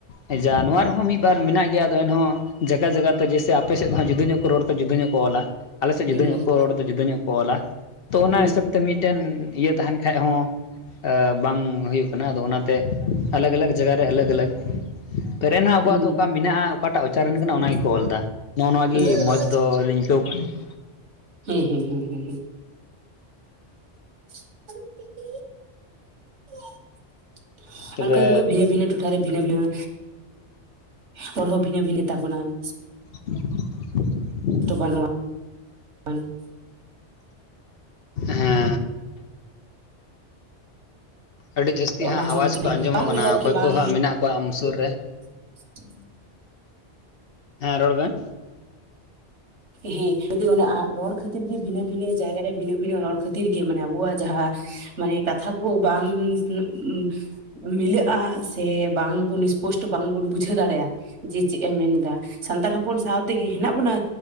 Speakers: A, on the left (about 55°); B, on the right (about 80°).
A: ᱡᱟ ᱱᱚᱣᱟ ᱨᱮᱦᱚᱸ ᱢᱤᱫ ᱵᱟᱨ ᱢᱮᱱᱟᱜ ᱜᱮᱭᱟ ᱟᱫᱚ ᱮᱱᱦᱚᱸ ᱡᱟᱜᱟ ᱡᱟᱜᱟ ᱛᱮ ᱡᱮᱥᱮ ᱟᱯᱮ ᱥᱮᱫ ᱦᱟᱸᱜ ᱡᱩᱫᱟᱹ ᱧᱚᱜ ᱠᱚ ᱨᱚᱲ ᱡᱩᱫᱟᱹ ᱧᱚᱜ ᱠᱚ ᱚᱞᱟ ᱾ ᱟᱞᱮ ᱥᱮᱫ ᱡᱩᱫᱟᱹ
B: ᱦᱩᱸ
A: ᱧᱚᱜ ᱠᱚ ᱨᱚᱲᱟ ᱛᱚ ᱡᱩᱫᱟᱹ ᱧᱚᱜ ᱠᱚ ᱚᱞᱟ ᱾ ᱛᱚ ᱚᱱᱟ
B: ᱦᱩᱸ
A: ᱦᱤᱥᱟᱹᱵᱽ ᱛᱮ ᱢᱤᱫᱴᱮᱱ ᱤᱭᱟᱹ ᱛᱟᱦᱮᱱ ᱠᱷᱟᱡ ᱦᱚᱸ ᱮᱸ ᱵᱟᱝ ᱦᱩᱭᱩᱜ ᱠᱟᱱᱟ, ᱟᱫᱚ ᱚᱱᱟᱛᱮ ᱟᱞᱟᱜᱽ ᱟᱞᱟᱜᱽ ᱡᱟᱜᱟ ᱨᱮ ᱟᱞᱟᱜᱽ ᱟᱞᱟᱜᱽ ᱾ ᱯᱮᱨᱮᱱ ᱦᱚᱸ ᱟᱵᱚᱣᱟᱜ
B: ᱦᱩᱸ
A: ᱫᱚ ᱚᱠᱟ ᱢᱮᱱᱟᱜ-ᱟ ᱚᱠᱟᱴᱟᱜ ᱩᱪᱟᱨᱚᱱ ᱠᱟᱱᱟ
B: ᱦᱩᱸ
A: ᱚᱱᱟ ᱜᱮᱠᱚ ᱚᱞ ᱮᱫᱟ ᱾ ᱱᱚᱜ-ᱚ ᱱᱚᱣᱟ ᱜᱮ
B: ᱦᱩᱸ ᱦᱩᱸ
A: ᱢᱚᱸᱡᱽ ᱫᱚ ᱞᱤᱧ ᱟᱹᱭᱠᱟᱹᱣ ᱠᱟᱜ ᱾
B: ᱦᱮᱸ ᱦᱮᱸ ᱦᱩᱸ ᱦᱩᱸ ᱦᱩᱸ ᱾ <unintelligible>
A: ᱛᱚᱵᱮ
B: ᱚᱱᱠᱟ ᱜᱮ <inaudible> ᱵᱷᱤᱱᱟᱹ ᱵᱷᱤᱱᱟᱹ ᱴᱚᱴᱷᱟᱨᱮ ᱵᱷᱤᱱᱟᱹ ᱵᱷᱤᱱᱟᱹ, ᱨᱚᱲ ᱦᱚᱸ ᱵᱷᱤᱱᱟᱹ ᱵᱷᱤᱱᱟᱹ ᱛᱟᱵᱚᱱᱟ ᱾
A: <inaudible>
B: ᱛᱚ ᱵᱟᱹᱱᱩᱜ-ᱟ <unintelligible>
A: ᱦᱮᱸ <inaudible> ᱟᱹᱰᱤ ᱡᱟᱹᱥᱛᱤ ᱦᱟᱸᱜ
B: ᱚᱱᱟ
A: ᱟᱣᱟᱡᱽ
B: ᱦᱚᱸ
A: ᱠᱚ ᱟᱸᱡᱚᱢᱚᱜ
B: ᱵᱟᱝ
A: ᱠᱟᱱᱟ
B: ᱤᱭᱟᱹ ᱟᱨᱠᱤ
A: ᱚᱠᱚᱭ
B: ᱵᱟᱝ
A: ᱠᱚ ᱦᱟᱸᱜ ᱢᱮᱱᱟᱜ ᱠᱚᱣᱟ ᱟᱢ ᱥᱩᱨ ᱨᱮ
B: <inaudible>
A: ᱦᱮᱸ ᱨᱚᱲ ᱵᱮᱱ᱾
B: ᱦᱮᱸ ᱥᱩᱫᱩ ᱚᱱᱟ ᱨᱚᱲ ᱠᱷᱟᱛᱤᱨ ᱜᱮ ᱵᱷᱤᱱᱟᱹ ᱵᱷᱤᱱᱟᱹ ᱡᱟᱭᱜᱟ ᱨᱮ ᱵᱷᱤᱱᱟᱹ ᱵᱷᱤᱱᱟᱹ ᱨᱚᱲ ᱠᱷᱟᱛᱤᱨ ᱜᱮ ᱢᱟᱱᱮ ᱟᱵᱚᱣᱟᱜ ᱡᱟᱦᱟᱸ ᱢᱟᱱᱮ ᱠᱟᱛᱷᱟ ᱠᱚ ᱵᱟᱝ <unintelligible> ᱢᱤᱞᱟᱹᱜᱼᱟ ᱥᱮ ᱵᱟᱝᱵᱚᱱ ᱥᱯᱚᱥᱴᱚ ᱵᱟᱝᱵᱚᱱ ᱵᱩᱡᱷᱟᱹᱣ ᱫᱟᱲᱮᱭᱟᱜᱼᱟ᱾ ᱡᱮ ᱪᱮᱫ ᱮᱢ ᱢᱮᱱᱫᱟ ᱥᱟᱱᱛᱟᱲ ᱦᱚᱯᱚᱱ ᱥᱟᱶᱛᱮᱜᱮ ᱦᱮᱱᱟᱜ ᱵᱚᱱᱟ᱾